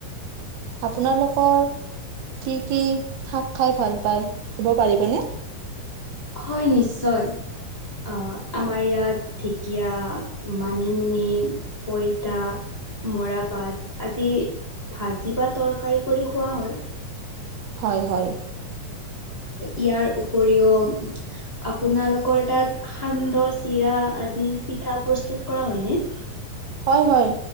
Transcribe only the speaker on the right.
আপোনালোকৰ কি কি শাক খাই ভাল পায়, ক'ব পাৰিবনে?
হয়, হয়।
হয়, হয়,